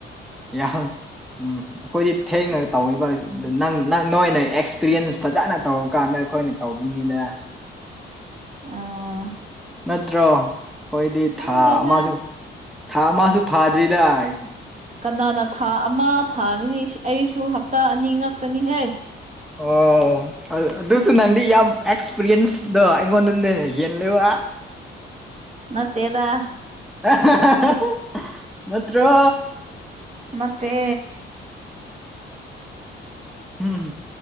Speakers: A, in the centre; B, on the right.
A: ꯌꯥꯍꯪ ꯎꯝ ꯑꯩꯈꯣꯏꯗꯤ ꯊꯦꯡꯅ ꯇꯧꯔꯤꯕ ꯅꯪ ꯅꯪ ꯅꯣꯏꯅ ꯑꯦꯛꯁꯄꯤꯔꯤꯌꯦꯟꯁ ꯐꯖꯅ ꯇꯧꯔꯀꯥꯟꯗ ꯑꯩꯈꯣꯏꯅ ꯇꯧꯕꯅꯤꯗ
B: <inaudible> ꯑꯥ
A: ꯅꯠꯇ꯭ꯔꯣ ꯑꯩꯈꫭꯏꯗꯤ
B: ꯈꯪꯗꯦꯗ
A: ꯊꯥ ꯑꯃꯁꯨ ꯊꯥ ꯃꯥꯁꯨ ꯐꯥꯗ꯭ꯔꯤꯗꯥꯏ
B: ꯀꯅꯥꯅ ꯊꯥ ꯑꯃ ꯐꯥꯒꯅꯤ ꯑꯩꯁꯨ ꯍꯞꯇꯥ ꯑꯅꯤ ꯉꯇꯅꯤꯍꯦ
A: ꯑꯣ ꯑꯗꯨꯁꯨ ꯅꯪꯗꯤ ꯌꯥꯝ ꯑꯦꯛꯁꯄꯤꯔꯤꯌꯦꯟꯁꯇꯣ ꯑꯩꯉꯣꯟꯗꯅꯦ ꯍꯦꯜꯂꯦꯕ
B: ꯅꯠꯇꯦꯗ
A: <unintelligible> <unintelligible> ꯅꯠꯇ꯭ꯔꯣ
B: ꯅꯠꯇꯦ
A: ꯎꯝ